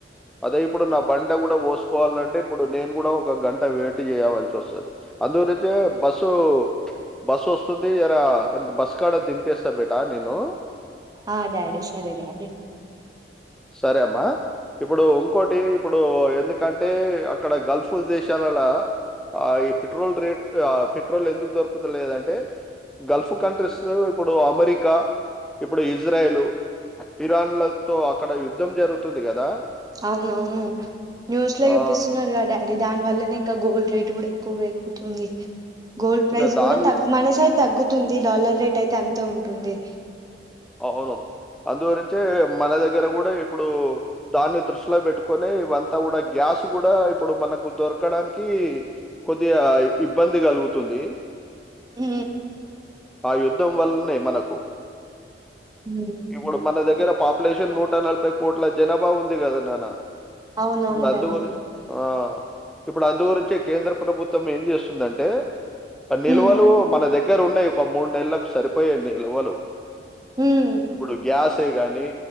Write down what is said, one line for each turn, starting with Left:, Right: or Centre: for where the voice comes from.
Centre: అదే ఇప్పుడు నా బండ్ల కూడా పోస్క్ కోవాలంటే ఇప్పుడు నేను కూడా ఒక గంట వెయిట్ చేయవలసి వస్తది అందురే అంటే బస్సు బస్సు వస్తుంది ఎరా బస్సు కాడ దింపేస్తా బేటా నేను
Right: ఆ డాడీ సరే డాడీ
Centre: సరే అమ్మా ఇప్పుడు ఇంకోటి ఇప్ ఇప్పుడు ఎందుకంటే అక్కడ గల్ఫ్ దేశాలలా ఆ ఈ పెట్రోల్ రేట్ య పెట్రోల్ ఎందుకు దొరుకుత్ లేదంటే గల్ఫ్ కంట్రీస్ ఇప్పుడు అమెరిక్ గా ఇప్పుడు ఇజ్రాయిలు ఇరాన్లతో అక్ అక్కడ యుద్ధం జరుగుతుంది కదా
Right: అవునవును న్యూస్ లో చూపిస్తున్నారుగా
Centre: ఆ!
Right: డాడీ దాని వల్లనే ఇంకా గూగుల్ రేట్ టుడ్ ఎక్కువ పెరుగుతుంది. గోల్డ్ ప్రైజ్
Centre: ఇక దాని
Right: కూడా తగ్
Centre: వి-
Right: మనసై తగ్గుతుంది డాలర్ రేట్ అయితే అంతే ఉంటుంది.
Centre: అవును. అందు దొరించే మనద్ దగ్గర కూడా ఇప్పుడు దాన్ని దృష్టిలో పెట్టుక్ కొని ఇవంతా కూడా గ్యాస్ కూడా ఇప్పుడు మనకు దొరకడానికి కొద్దిగా ఇబ్బంది కలుగుతుంది.
Right: ఉ
Centre: ఆ యుద్ధం వల్నే మనకు
Right: ఉమ్,
Centre: ఇప్పుడు మన దగ్గరం పాపులేషన్ నూట నలభై కోట్ల జనాభా ఉంది కదా నాన్న
Right: అవునవును
Centre: తండ్
Right: డాడీ
Centre: గురించ్ ఆ ఇప్పుడు అందుగురించే కేంద్ర ప్రభుత్వం ఏం చేస్తుందంటే నిల్వలు
Right: ఉమ్
Centre: మన దగ్ దగ్గర ఉన్నాయి ఒక మూడు నెలలకు సరిపోయే నిల్వలు
Right: ఉమ్
Centre: ఇప్పుడు గ్యాస్ టే గాని